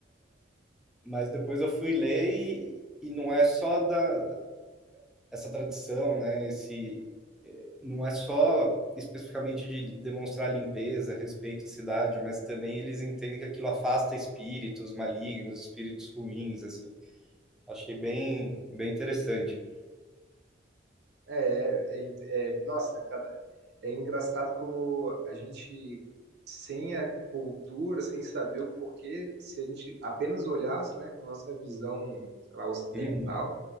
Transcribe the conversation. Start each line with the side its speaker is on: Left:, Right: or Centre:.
Centre: mas depois eu fui ler e, e não é só da essa tradição, né? Esse eh, não é só especificamente de demonstrar limpeza, respeito à cidade, mas também eles entendem que aquilo afasta espíritos malignos, espíritos ruins, assim. Achei bem, bem interessante.
Right: É, é, é- é- nossa, cada- é engraçado como a gente, sem a cultura, sem saber o porquê, se a gente apenas olhasse, né, com nossa visão, sei lá, ocidental,
Centre: Uhum.